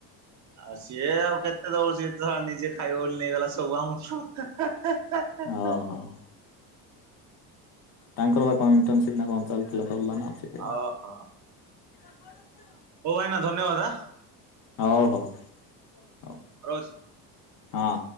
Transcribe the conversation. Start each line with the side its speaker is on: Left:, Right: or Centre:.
Right: ଆଉ ସିଏ ଆଉ କେତେ ଦବ ସିଏ। ନିଜେ ଖାଇବ ବ ବୋଲି ନେଇଗଲା ସବୁ ଆମ ସବୁ।
Left: ହଉ
Right: <unintelligible>
Left: ହଉ ତାଙ୍କର ବା କଣ ଇଣ୍ଟର୍ନସିପ ନା କଣ ଚାଲିଥିଲା। ସରିଲାନା ଅଛି।
Right: ଓହୋ
Left: <unintelligible>
Right: ହଉ ଭାଇନା ଧନ୍ୟବାଦ ଆ।
Left: ହଉ ହଉ ହଉ।
Right: ରୋଜ।
Left: ହଁ।